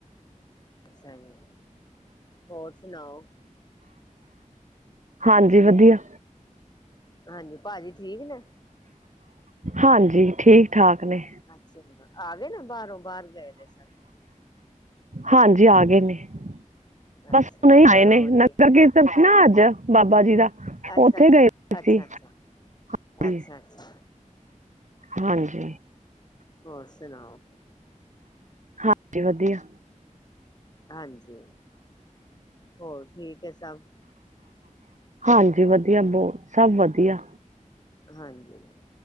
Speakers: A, on the left; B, on the right.
A: ਅੱਸਾ ਜੀ, ਹੋਰ ਸੁਣਾਓ?
B: ਹਾਂਜੀ, ਵਧੀਆ।
A: ਹਾਂਜੀ, ਭਾਜੀ ਠੀਕ ਨੇ?
B: ਹਾਂਜੀ, ਠੀਕ-ਠਾਕ ਨੇ।
A: ਅੱਛਾ, ਆ ਗਏ ਨੇ ਬਾਹਰੋਂ, ਬਾਹਰ ਗਏ ਨੇ ਸਨ?
B: ਹਾਂਜੀ, ਆ ਗਏ ਨੇ। ਬਸ,
A: ਅੱਛਾ
B: ਹੁਣੇ ਈ
A: ਚਲੋ
B: ਆਏ ਨੇ,
A: ਵਧੀਆ
B: ਨਗਰ ਕੀਰਤਨ ਸੀ ਨਾ ਅੱਜ, ਬਾਬਾ ਜੀ ਦਾ।
A: ਅੱਛਾ-ਅੱਛਾ,
B: ਉੱਥੇ ਗਏ
A: ਅੱਛਾ-ਅੱਛਾ,
B: ਸੀ ਹਾਂਜੀ
A: ਅੱਛਾ-ਅੱਛਾ।
B: ਹਾਂਜੀ।
A: ਹੋਰ ਸੁਣਾਓ
B: ਹਾਂਜੀ, ਵਧੀਆ।
A: ਹਾਂਜੀ, ਹੋਰ ਠੀਕ ਏ ਸਭ?
B: ਹਾਂਜੀ ਵਧੀਆ ਬਹੁਤ, ਸਭ ਵਧੀਆ।
A: ਹਾਂਜੀ,